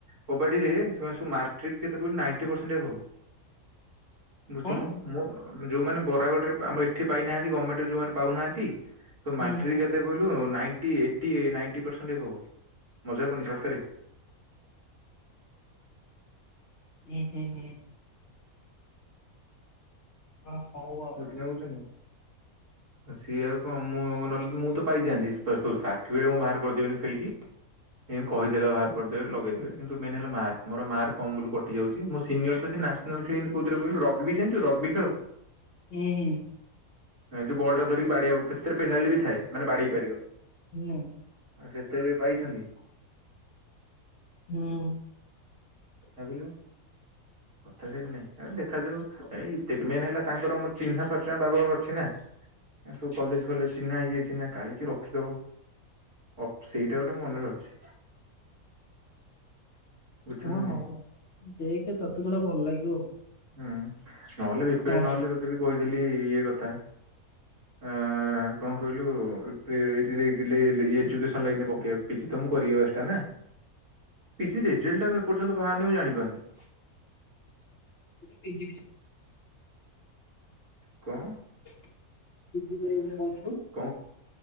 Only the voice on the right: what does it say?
କବାଡିରେ ସେମାନେ ସବୁ ମାଟ୍ରିକରେ କେତେ କହିଲୁ ନାଇଣ୍ଟି ପରସେଣ୍ଟ ଏଭବ। ବୁଝୁନୁ
ମୁଁ ମୁଁ ଯୋଉମାନେ ବରାଗୁଡିରେ ପା ଆମ ଏଠି ପାଇନାହାନ୍ତି ଗମେଣ୍ଟରେ ଯୋଉମାନେ ପାଉନାହାନ୍ତି। ତୁ ମାଟ୍ରିକ
କେତେ କହିଲୁ ନାଇଣ୍ଟ, ଏଇଟି ଏ ନାଇଣ୍ଟି ପରସେଣ୍ଟ ଏଭବ ମଜା କରୁନି ସତରେ। <inaudible>
<unintelligible>
ଗୋଛି ନାଗୁଚନ୍ତି। ସିଏ ଆଉ କଣ ମୁଁ ନହେଲେ ମୁଁ ତ ପାଇଯାଆନ୍ତି। <unintelligible> ସାର୍ଟିଫିକେଟ ମୁଁ ବାହାର କରିଦେବିନି ଖେଳିକି। ଏମିତି କହିଦେଲେ ବାହାର କରିଦେବେ ଲଗେଇଦେବେ କିନ୍ତୁ ମେନ୍ ହେଲା ମାର୍କ ମୋର ମାର୍କ କମ୍ ବୁଲୁ କଟି ଯାଉଚି। ମୋ ସିନିୟର ତେ ସେ ନ୍ୟାସନାଲ ଖେଳନ୍ତି କୋଉଥିରେ କହିଲୁ ରଗବି ଜାଣିଚୁ ରଗବି ଖେଳ?
ଯୋଉ ବଲ ଟା ଧରିକି <unintelligible> ଫିନାଇଲ ବି ଥାଏ ମାନେ ବାଡ ହେଇ ପାରିବ
ଆ ସେତେ ପାଇଛନ୍ତି।
ଏଗଲୁ। କଥା ସେଠୀ ନାଇଁ ଦେଖାଯାଉ ଏ ମେନ୍ ହେଲା ତାଙ୍କର ମୁଁ ଚିହ୍ନା ପରିଚୟ ବାବାଙ୍କର ଅଛି ନା। ଏ ସବୁ କଲେଜ ଗଲେ ଚିହ୍ନା ଇଏ ଚିହ୍ନା କାଳେ କିଏ ରଖିଦବ। ଅ ସେଇଟା ଗୋଟେ ମନେରେ ଅଛି। ବୁଝୁଚୁ
ନା ନାଇଁ।
ହୁଁ ନହେଲେ ବିପିଏନ୍
ନହେଲେ ତତେ ବିି କହିଥିଲି ଇଏ କଥା। ଆ କଣ କହିଲୁ ଏ ଏ ଏଜୁକେସନ ଲାଇନରେ ପକେଇବା ପାଇଁ। ତମକୁ <unintelligible> ନା। ପିଜି ରେଜଲ୍ଟ ଟା ମୁଁ ଏପର୍ଯ୍ୟନ୍ତ ବାହାରିନି ମୁଁ ଜାଣିପାରୁନି।
କଣ?
କଣ